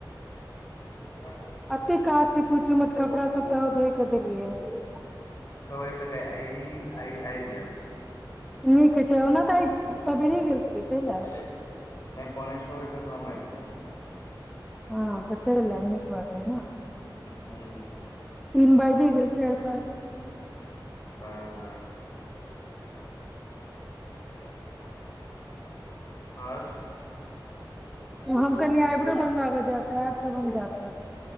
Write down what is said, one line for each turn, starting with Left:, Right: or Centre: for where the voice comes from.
Left: <inaudible>
Centre: एते काज छै पूछूमे तऽ कपड़ा सब तऽ धोय कऽ देलियै ह
Left: त आइ आ आइब जाब
Centre: नीक छै ओना तऽ आइ सबेरे गेल छलियै चलि आयब
Left: च नहि पौने छओ बजे तक हम आबि जायब
Centre: हँ तऽ चललैम नीक बात है ने
Left: हू
Centre: तीन बाजिे गेल चारि पाँच
Left: हँ हँ अठे म आर
Centre: हम कनि आइबरो बनबाब जाय आयब तब हम तब